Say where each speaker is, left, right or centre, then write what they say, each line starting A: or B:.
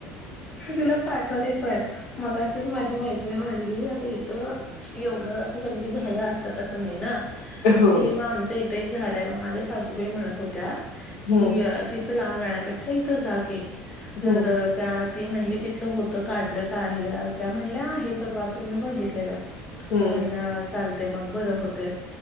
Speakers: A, on the left (about 20°); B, on the left (about 80°).
A: तुला पाठवते पण मग अशीच माझी म्हणली आता इथं. एवढं अस सगळी झाडं असतात असं नाही ना
B: हो
A: ती मग आमच्या इ प्र्येक झाड आहे म माझ्या सासूबाई म्हणत होत्या
B: हम्म
A: की तिथ थ लांब जाण्यापेक्षा इथं जा की तर
B: हम्म
A: त्या ती म्हणली तिथलं होत, काढलं का आहे, त्या म्हणल्या आहे, परवा तर मी बघितलेलं.
B: हम्म
A: त्या म्हणल्या चालते मग बरं होतय.